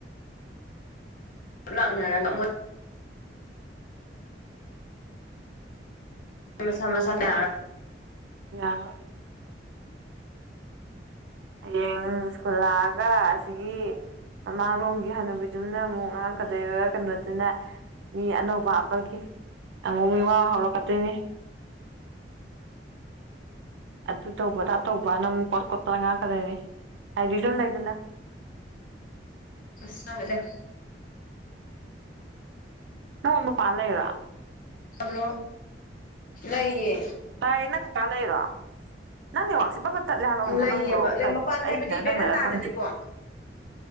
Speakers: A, on the left; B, on the right.
A: ꯂꯥꯛꯅꯔꯒ ꯃꯣꯏ
B: ꯍꯣꯏ
A: ꯃꯁꯥ ꯃꯁꯥ ꯀꯅꯥꯔꯣ
B: ꯌꯥꯔ ꯍꯌꯦꯡ ꯁ꯭ꯀꯨꯜ ꯂꯥꯛꯑꯒ ꯑꯁꯤꯒꯤ ꯃꯃꯥꯡꯂꯣꯝꯒꯤ ꯍꯥꯟꯅꯕꯤꯗꯨꯃꯅ ꯑꯃꯨꯛ ꯉꯔꯥꯡ ꯀꯗꯩꯔ ꯀꯩꯅꯣꯗꯨꯅ ꯃꯤ ꯑꯅꯧꯕ ꯍꯥꯞꯄꯒꯤ ꯑꯃꯨꯛ ꯃꯤ ꯋꯥꯕ ꯍꯧꯔꯛꯀꯗꯣꯏꯅꯤ ꯑꯗꯨ ꯇꯧꯕꯗ ꯇꯧꯕꯅ ꯑꯃꯨꯛ ꯀꯣꯠ ꯈꯣꯠꯄꯅ ꯉꯥꯛꯀꯗꯣꯏꯅꯤ ꯍꯥꯏꯗꯤ ꯁꯨꯝ ꯂꯩꯗꯅ
A: ꯆꯥꯡꯒꯗ
B: ꯅ ꯑꯣꯅ ꯄꯜꯂ ꯏꯔ
A: ꯭ꯔꯣ ꯂꯩꯌꯦ
B: ꯑ ꯏꯟꯅꯉ ꯇꯂꯩꯔꯣ ꯅꯪꯅꯦꯋꯥꯛꯁꯦ ꯄꯕ ꯇꯠꯂꯦ ꯍꯥꯏꯕ ꯑꯃꯃꯨꯛ
A: ꯂꯩꯌꯦꯕ
B: ꯅꯪꯗꯣ ꯀꯔꯤꯒꯤꯅꯣ
A: ꯃꯄꯥꯟ
B: ꯑꯩꯒꯤꯅ
A: ꯍꯥꯏꯕꯗꯤ
B: ꯅꯪꯅꯔ
A: ꯕꯦꯔꯟꯗꯥꯗꯅꯤꯀꯣ
B: ꯈꯪꯗꯦ